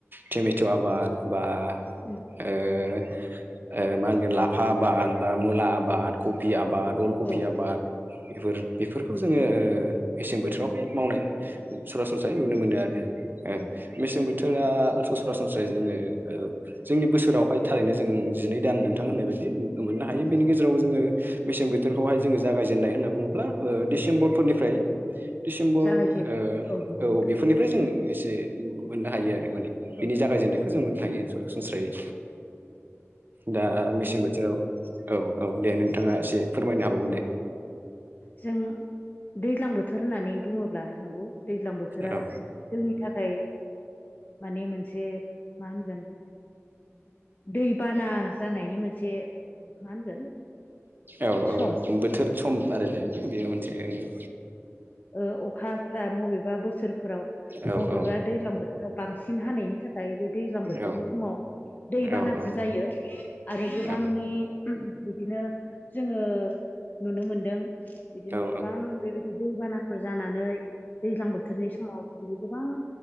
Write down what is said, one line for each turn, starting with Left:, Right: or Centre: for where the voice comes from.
Right: टमेट' आबाद बा
Left: उम
Right: ओ ओ माहोनगोन लाफा आबाद बा मुला आबाद कबि आब बाद अलकबि
Left: औ
Right: आबाद बेफोर बेफोरखौ जोङो ओ मेसें बोथोरावहाय मावनाय। सरासनस्रायै नुनो मोनो आरो ओ
Left: औ
Right: मेसें बोथोर। बोथोरा सरासनस्रा जोङो जोंनि बोसोरावहाय थारैनो जों जिनै दान नोंथां होननाय बायदि मोननो हायो
Left: औ
Right: बिनि गेजेराव जोङो मेसें बोथोरखौहाय जोङो जागायजेननाय होनना बुङोब्ला ओ डिसेम्बरफोरनिफ्राय दिसेम्बर
Left: जागायजेनो
Right: ओ
Left: नंगौ
Right: औ
Left: नोंथां
Right: बेफोरनिफ्राय जों एसे मोननो हायो आरो माने बिनि
Left: औ नोंथां
Right: जागायजेननायखौ जों मोननो हायो सरासनस्रायै
Left: उम
Right: दा मेसें बोथोराव औ - औ दे नोंथाङा एसे फोरमायनो हाबावगोन दे
Left: जों दैज्लां बोथोर होननानै बुङोब्ला नंगौ दैज्लां बोथोरा
Right: औ
Left: जोंनि थाखाय माने मोनसे मा होनगोन दैबाना जानायनि मोनसे मा होनगोन
Right: औ -औ
Left: सम
Right: बोथोर सम आरो दे बेयो मोनसे
Left: अखाफ्रा बबेबा बोसोरफोराव
Right: औ
Left: बबेबा
Right: औ
Left: दैज्लां बोथोराव बांसिन हानायनि थाखाय मफ्राय बे दैज्लां बोथोरनि
Right: औ
Left: समाव दैबानाफोर
Right: औ
Left: जायो आरो गोबांनि
Right: औ
Left: बिदिनो जोङो नुनो मोनदों बिदिनो
Right: औ
Left: गोबां बेबायदि दैबाना फोर जानानै दैज्लां बोथोरनि समाव बिबायदि गोबां